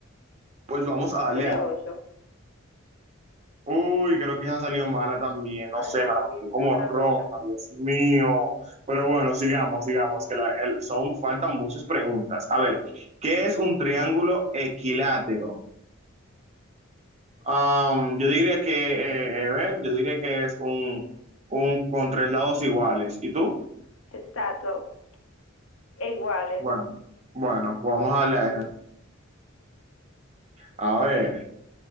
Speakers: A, on the right; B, on the left.
A: pues vamos a darle
B: ¿Nueve
A: a...
B: o ocho?
A: Uy, creo que esa salió mala también,
B: Ay,
A: no sé, me la
B: sí,
A: marcó como
B: creo que eran
A: roja,
B: ocho.
A: Dios mío. Pero bueno, sigamos, sigamos, que la- el- son, faltan muchas preguntas. A ver, ¿qué es un triángulo equilátero? Am, yo diría que, eh, eh, a ver, yo diría que es un, un con tres lados iguales. ¿Y tú?
B: Exacto, iguales.
A: Bueno, bueno, pues vamos a hablar de eso. A ver.